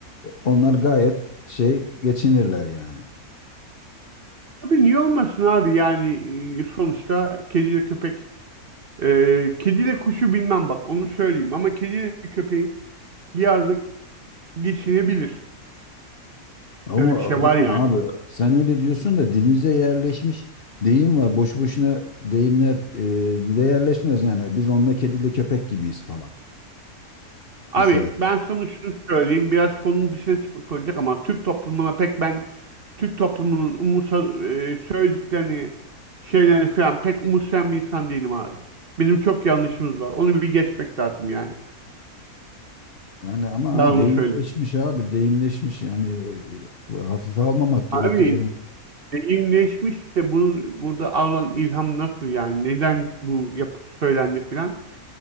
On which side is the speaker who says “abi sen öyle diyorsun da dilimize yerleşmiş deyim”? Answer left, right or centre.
Left